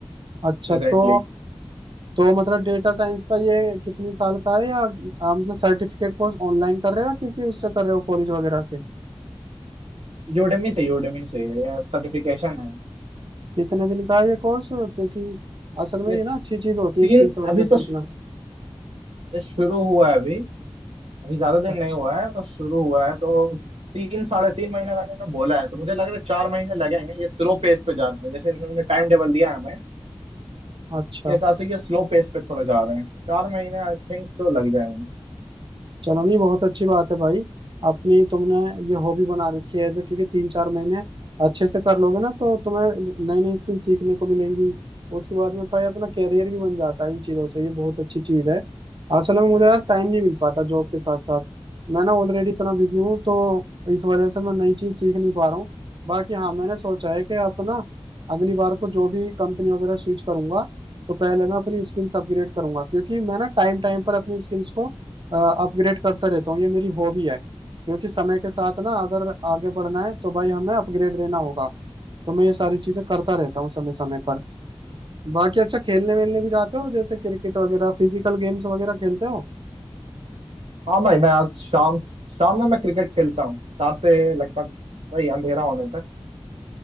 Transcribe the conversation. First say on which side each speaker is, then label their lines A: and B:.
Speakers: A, on the right (about 55°); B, on the right (about 85°).
A: अच्छा
B: प्रेजेंटली
A: तो तो मतलब डेटा साइंस का ये कितनी साल का है या आप मतलब सर्टिफिकेट कोर्स ऑनलाइन कर रहे हो या किसी उससे कर रहे हो कॉलेज वगैरह से
B: यूडेमी से यूडेमी से ये सर्टिफिकेशन है
A: कितने दिन का है ये कोर्स क्योंकि असल में
B: ये
A: ये ना अच्छी चीज
B: तीन
A: होती है स्किल्स वगैरह
B: अभी
A: सीखना
B: तो शु- शुरू हुआ है अभी अभी ज्यादा दिन
A: अच्छा
B: नहीं हुआ है तो शुरू हुआ है तो तीन साढ़े तीन महीने का इन्होंने बोला है तो मुझे लग रहा है चार महीने लगेंगे ये स्लो पेस पे जा रहे हैं जैसे इन्होंने टाइम टेबल दिया है हमें
A: अच्छा
B: के हिसाब से ये स्लो पेस पे थोड़ा जा रहे हैं चार महीने आई थिंक सो लग जाएंगे
A: चलो नहीं बहुत अच्छी बात है भाई अपनी तुमने ये हॉबी बना रखी है ऐसे क्योंकि तीन चार महीने अच्छे से कर लोगे ना तो तुम्हें नई नई स्किल सीखने को मिलेंगी उसके बाद में फिर अपना कैरियर भी बन जाता है इन चीज़ों से ये बहुत अच्छी चीज़ है असल में मुझे यार टाइम नहीं मिल पाता जॉब के साथ साथ मैं ना ऑलरेडी इतना बिजी हूँ तो इस वजह से मैं नई चीज़ सीख नहीं पा रहा हूँ बाकी हाँ मैंने सोचा है कि अपना अगली बार को जो भी कंपनी वगैरह स्विच करूंगा तो पहले मैं अपनी स्किल्स अपग्रेड करूंगा क्योंकि मैं ना टाइम टाइम पर अपनी स्किल्स को अपग्रेड करता रहता हूँ ये मेरी हॉबी है क्योंकि समय के साथ ना अगर आगे बढ़ना है तो भाई हमें अपग्रेड रहना होगा तो मैं ये सारी चीजें करता रहता हूँ समय समय पर बाकी अच्छा खेलने वेलने भी जाते हो जैसे क्रिकेट वगैरह फिजिकल गेम्स वगैरह खेलते हो
B: हाँ भाई मैं आज शाम शाम में मैं क्रिकेट खेलता हूँ चार से लगभग वही अंधेरा होने तक